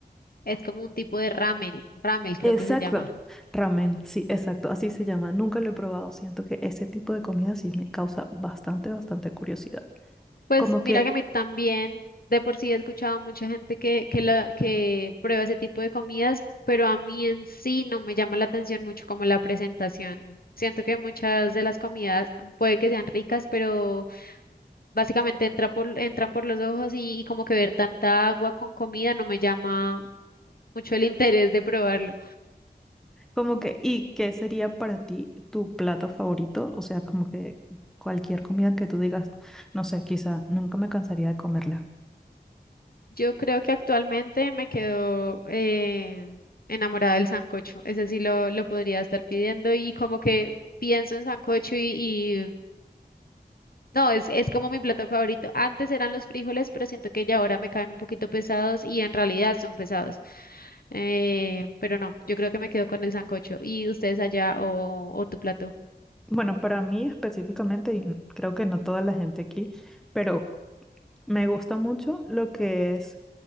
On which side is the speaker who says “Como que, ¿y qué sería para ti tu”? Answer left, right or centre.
Centre